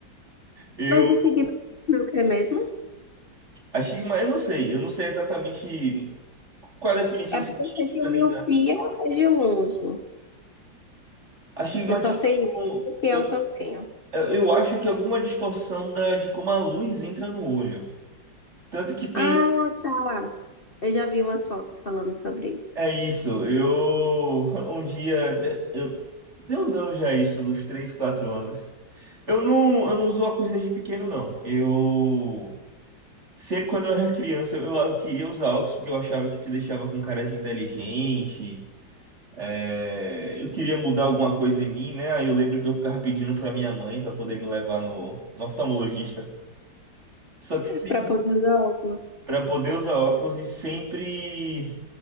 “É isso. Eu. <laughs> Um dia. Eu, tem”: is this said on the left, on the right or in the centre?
Right